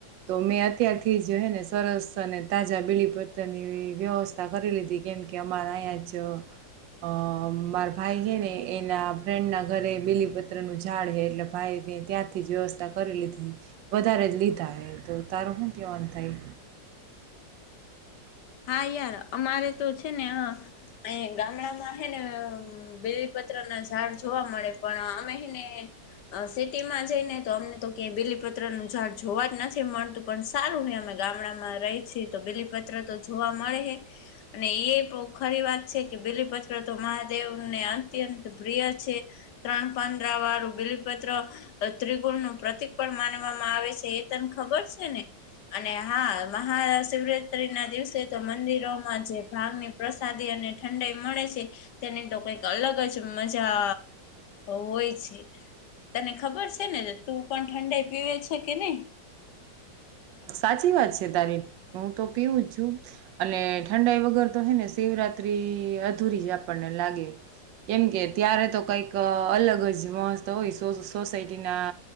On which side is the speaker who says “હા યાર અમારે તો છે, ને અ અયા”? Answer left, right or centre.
Left